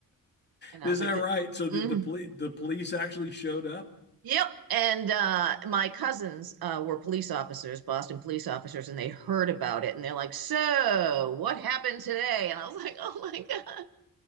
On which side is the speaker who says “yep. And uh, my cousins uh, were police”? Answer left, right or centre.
Right